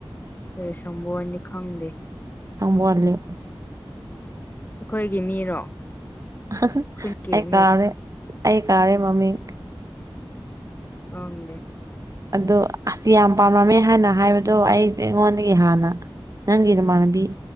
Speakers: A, on the left; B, on the right.
A: ꯔꯦ ꯁꯪꯕꯣꯟꯗꯤ ꯈꯪꯗꯦ꯫
B: ꯑꯝ ꯋꯥꯠꯂꯤ꯫
A: ꯑꯈꯣꯏꯒꯤ ꯃꯤꯔꯣ?
B: <unintelligible>
A: ꯈꯨꯟꯒꯤ
B: ꯑꯩ
A: ꯃꯤ
B: ꯀꯥꯎꯔꯦ, ꯑꯩ ꯀꯥꯎꯔꯦ ꯃꯃꯤꯡ꯫
A: ꯄꯥꯡꯗꯦ
B: ꯑꯗꯣ ꯑꯁ ꯌꯥꯝ ꯄꯥꯝꯃꯝꯃꯦ ꯍꯥꯏꯅ ꯍꯥꯏꯕꯗꯣ ꯑꯩꯗꯤ ꯑꯩꯉꯣꯟꯗꯒꯤ ꯍꯥꯟꯅ ꯅꯪꯒꯤ ꯅꯃꯥꯟꯅꯕꯤ